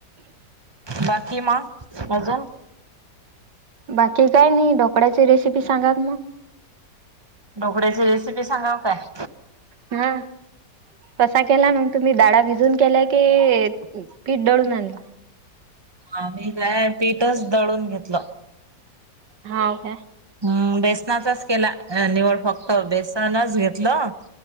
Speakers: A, on the right; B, on the right.
A: बाकी मग अजून?
B: बाकी काय नाही ढोकळ्याची रेसिपी सांगा ना मग?
A: ढोकळ्याची रेसिपी सांगाव काय?
B: हम्म. कसा केला मग तुम्ही डाळा भिजून केलाय की पीठ दळून आणल?
A: आ मी काय पीठच दळून घेतलं.
B: हाव काय.
A: हम्म बेसनाचाच केला निवड फक्त बेसनच घेतलं.